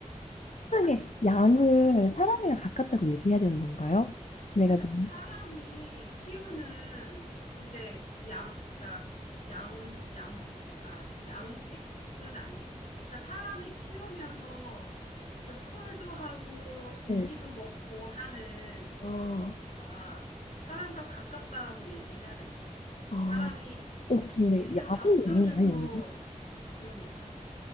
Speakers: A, on the left (about 60°); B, on the left (about 80°).
A: 세상에, 양을 사람이랑 같다고 얘기해야 되는 건가요? 내가
B: 그렇죠.
A: 너무.
B: 사람이 키우는 이제 양, 그러니까 양, 양, 그러니까 양식은 아니고, 그러니까 사람이 키우면서 그 털도 하고 고기도
A: 네.
B: 먹고 하는
A: 아,
B: 거니까 사람과 가깝다라고 얘기해야 되겠죠.
A: 아.
B: 사람이
A: 어, 근데
B: 실제
A: 야생
B: 밥도
A: 양은
B: 주고
A: 아예 없나?
B: 그러니까.